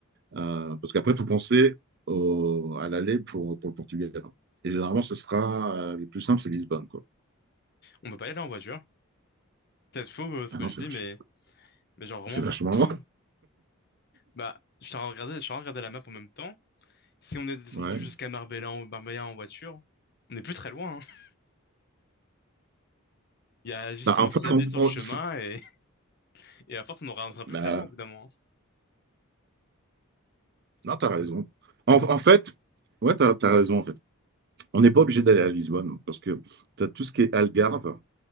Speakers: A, on the right; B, on the left.
A: Euh, parce qu'après, il faut penser au- à l'aller pour, pour le Portugal. Et généralement, ce sera, euh, le plus simple, c'est Lisbonne, quoi.
B: On peut pas y aller en voiture. Peut-être faux, euh, ce
A: Ah
B: que
A: non,
B: je
A: c'est
B: dis,
A: vach-
B: mais, mais genre vraiment
A: c'est
B: faire
A: vachement
B: tout.
A: loin.
B: Bah, je suis en train de regarder, je suis en train de regarder la map en même temps. Si on est descendu
A: Ouais.
B: jusqu'à Marbella en, Marbella en voiture, on n'est plus très loin. hein. Il y a justement
A: Bah, en fait,
B: ces
A: on,
B: villes sur
A: on-
B: le chemin
A: c'est-
B: et, <laughs> et à force, on aura, on sera plus
A: bah,
B: très loin au bout d'un moment.
A: Non, t'as raison. En, en fait, ouais, t'as, t'as raison, en fait. On n'est pas obligé d'aller à Lisbonne parce que t'as tout ce qui est Algarve.